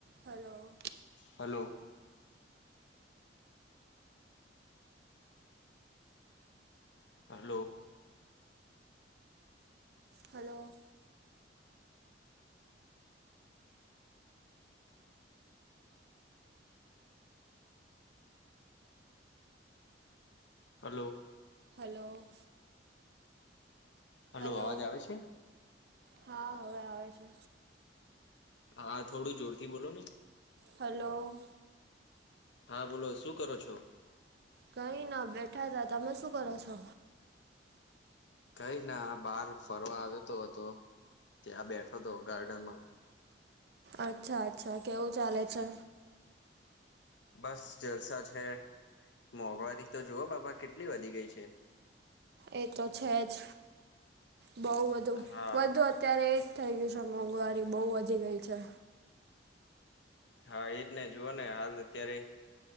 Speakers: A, on the right; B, on the left.
A: Hello.
B: Hello hello
A: hello.
B: Hello.
A: Hello.
B: Hello
A: hello,
B: અવાજ આવે છે?
A: હા હવે આવે છે.
B: હા થોડું જોરથી બોલો ને.
A: હલો.
B: હા બોલો શું કરો છો?
A: કઈ ના બેઠા હતા તમે શું કરો છો?
B: કઈ ના બહાર ફરવા આવ્યો તો હતો ત્યાં બેઠો હતો ગાર્ડનમાં.
A: અચ્છા અચ્છા કેવું ચાલે છે?
B: બસ જલસા છે મોંઘવારી તો જુવો બાપા કેટલી વધી ગઈ છે.
A: એ તો છે જ બહુ વધુ
B: હા
A: અત્યારે એ જ થઈ ગયું છે મોંઘવારી બહુ વધી ગઈ છે.
B: હા એજ ને જુઓ ને હાલ અત્યારે